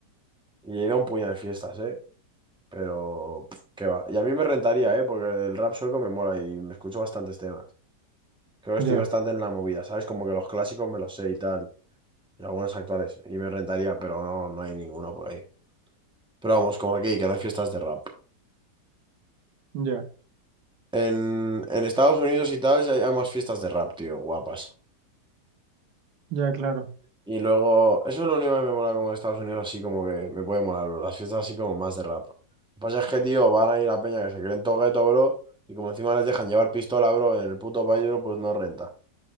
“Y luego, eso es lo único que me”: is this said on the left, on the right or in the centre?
Centre